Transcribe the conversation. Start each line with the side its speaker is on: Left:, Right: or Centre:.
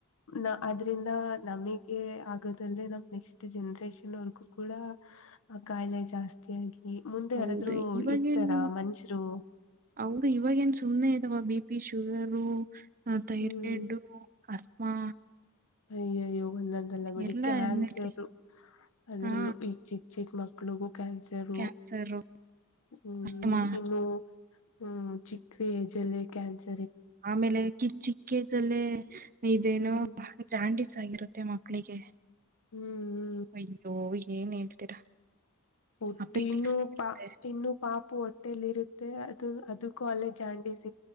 Left: ನಾ ಆದ್ರಿಂದ ನಮಗೆ ಆಗೋದಲ್ಲೇ ನಮ ನೆಕ್ಸ್ಟ್ ಜನ್ರೇಷನ್ವರ್ಗೂ ಕೂಡ ಆ ಕಾಯಿಲೆ ಜಾಸ್ತಿಯಾಗಿ ಮುಂದೆ
Right: ಹೌದು
Left: ಯಾರಾದ್ರು
Right: ಇವಾಗೇನು
Left: ಇರ್ತಾರಾ ಮಂಷರು
Right: ಹೌದು ಇವಾಗ ಏನ್ ಸುಮ್ಮನೆ ಇದಾವ ಬಿ ಪಿ ಶುಗರ್ ತೈರಡು
Left: ಹ್ಮ್
Right: ಹಸ್ಮಾ
Left: ಅಯ್ಯಯ್ಯೋ ಒಂದ್ದಲ್ಲ ಬಿಡಿ
Right: ಎಲ್ಲಾ
Left: ಕ್ಯಾನ್ಸರು
Right: ಎನ್ಲ್ತಿ
Left: ಅದ್ರಲ್ಲೂ
Right: ಹಾ
Left: ಈಗ್ ಚಿಕ್ ಚಿಕ್ ಮಕ್ಳ ಗಾಜರು
Right: ಕ್ಯಾನ್ಸರ್
Left: ಹ್ಮ್
Right: ಅಮ್ಮ
Left: ಇನ್ನು ಹ್ಮ್ ಚಿಕ್ವಿಜಲೆ ಕನ್ಸ
Right: ಆಮೇಲೆ ಕಿರ್ಚಿಕ್ಕೆಜಲ್ಲ ಇದೇನು
Left: ಹ್ಮ್
Right: ಜಾಂಡೀಸ್ ಆಗಿರುತ್ತೆ ಮಕ್ಕಳಿಗೆ
Left: ಹ್ಮ್ ಹ್ಮ್
Right: ಅಯ್ಯೋ ಏನ್ ಹೇಳ್ತೀರಾ
Left: ಹಟನ್ನುೂ
Right: ಅಪೆಟಿಕ್ಸ್ ಇರುತ್ತೆ
Left: ಪಾ ಇನ್ನುೂ ಪಾಪ ಹೊಟ್ಟಲಿ ಇರುತ್ತೆ ಅದು ಅದು ಕಾಲೇಜ್ ಆಂಡಿಸ